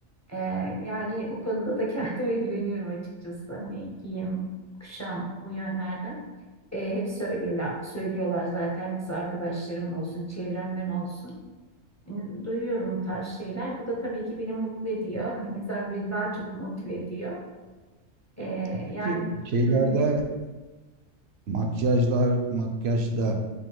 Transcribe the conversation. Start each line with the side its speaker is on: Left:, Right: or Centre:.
Left: E, yani bu konuda da kendime <laughs> güveniyorum açıkçası. Hani giyim, kuşam bu yönlerden. E, hep söylüyorlar, söylüyorlar zaten kız arkadaşlarım olsun, çevremden olsun. E, Duyuyorum bu tarz şeyler. Bu da tabii ki beni mutlu ediyor. <laughs> Güzel beni daha çok motive ediyor. E,
Right: E peki
Left: yani
Right: şeylerde
Left: hı hı.
Right: Makyajlar, makyajda